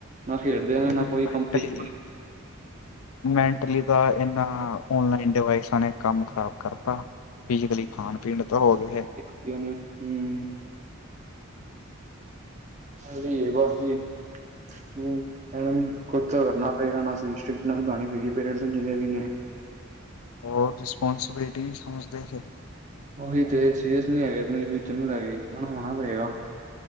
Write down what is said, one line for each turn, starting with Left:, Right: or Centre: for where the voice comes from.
Right: ਨਾ ਖੇਡਦੇ ਨੇ
Left: ਮੈਂਟਲੀ
Right: ਨਾ ਕੋਈ ਕੰਪਟਿਸ਼ਨ
Left: ਮੈਂਟਲੀ ਤਾਂ ਇਹਨਾਂ ਔਨਲਾਈਨ ਡਿਵਾਈਸਾਂ ਨੇ ਕੰਮ ਖ਼ਰਾਬ ਕਰਤਾ,, ਫਿਜ਼ਕਲੀ ਖਾਣ ਪੀਣ ਤਾਂ ਹੋ ਗਏ,
Right: ਹਮ <unintelligible> ਅ ਇਹ ਬਸੀ ਕ ਕੁਤਾ ਕਰ ਨਾ <unintelligible> ਪਹਿਲਾਂ ਨਾਲੋਂ ਸਟਿੱਕਨਸ ਵਧਾਣੀ ਪਏਗੀ ਪੇਰੈਂਟਸ ਜਿੰਨੇ ਵੀ ਨੇ
Left: ਹੋਰ ਰਿਸਪਾਨਸ ਬਿਲਿਟੀ ਨਹੀਂ ਸਮਝਦੇ ਫਿਰ
Right: ਉਹੀ ਤੇ ਸੀਰੀਅਸ ਨੀ ਹੈਗੇ ਆਪਣੀ ਫਿਊਚਰ ਨੂੰ ਲੈ ਕੇ, ਹੁਣ ਹੋਣਾ ਪਏਗਾ